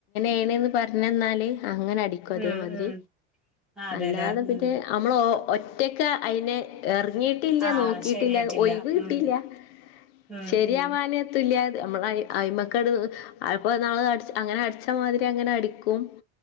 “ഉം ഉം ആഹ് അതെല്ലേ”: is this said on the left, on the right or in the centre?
Centre